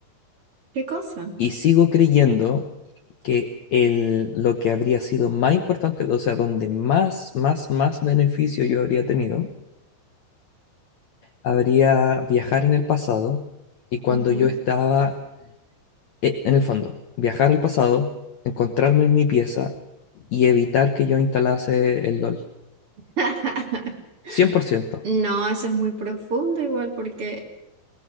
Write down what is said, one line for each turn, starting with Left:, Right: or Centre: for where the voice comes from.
Right: ¿Qué cosa?
Left: Y sigo creyendo que el, lo que habría sido más importante, o sea, donde más, más, más beneficio yo habría tenido, habría viajar en el pasado y cuando
Right: Ujú.
Left: yo estaba, eh, en el fondo, viajar al pasado, encontrarme en mi pieza y evitar que yo instalase el LOL.
Right: <laughs>
Left: cien por ciento
Right: No, eso es muy profundo igual porque